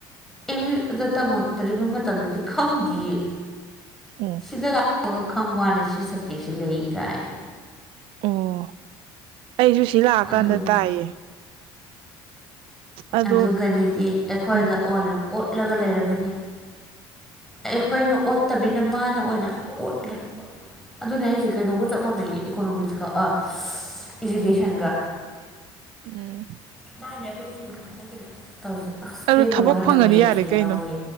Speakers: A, in the centre; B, on the right.
A: ꯑꯦꯝ ꯌꯨꯗ ꯇꯝꯃꯛꯇ꯭ꯔꯤꯕ ꯃꯇꯝꯗꯗꯤ ꯈꯪꯗꯤꯌꯦ
B: ꯎꯝ
A: ꯁꯤꯗ ꯂꯥꯛꯄꯒ ꯈꯪꯕꯩ ꯋꯥꯅꯤ ꯁꯤ ꯁꯞꯖꯦꯛꯁꯦ ꯂꯩꯌꯦ ꯀꯥꯏꯅ
B: ꯑꯣ ꯑꯩꯁꯨ ꯁꯤ ꯂꯥꯛꯑꯀꯥꯟꯗ
A: ꯑꯗꯨꯅꯤ
B: ꯇꯥꯏꯌꯦ ꯑꯗꯣ
A: ꯑꯗꯨꯒꯅꯤꯗꯤ ꯑꯩꯈꯣꯏꯗ
B: ꯎꯝ
A: ꯑꯣꯏꯅ ꯑꯣꯠꯂꯒ ꯂꯩꯔꯝꯃꯦꯅꯦ ꯑꯩꯈꯣꯏꯅ ꯑꯣꯠꯇꯕꯤꯅ ꯃꯥꯅ ꯑꯣꯏꯅ ꯑꯣꯠꯂꯦ ꯑꯗꯨꯅꯦ ꯍꯥꯏꯖꯦ ꯀꯩꯅꯣꯒ ꯆꯞ ꯃꯥꯟꯅꯩꯌꯦ ꯏꯀꯣꯅꯣꯃꯤꯛꯁꯀ ꯑꯥ ꯏꯖꯨꯀꯦꯁꯟꯒ
B: ꯎꯝ
A: ꯃꯅꯦ ꯑꯩꯈꯣꯏ ꯏꯖꯨꯀꯦꯁꯟꯅꯦ ꯑꯩꯈꯣꯏ ꯇꯧꯔꯤꯁꯦ ꯑꯁ
B: ꯑꯗꯨ
A: ꯄꯦꯟꯗꯣ
B: ꯊꯕꯛ
A: ꯍꯥꯏꯕꯔꯥ
B: ꯐꯪꯉꯗꯤ
A: ꯃꯦꯠꯁꯁꯨ
B: ꯌꯥꯔꯦ
A: ꯌꯥꯎꯏ
B: ꯀꯩꯅꯣ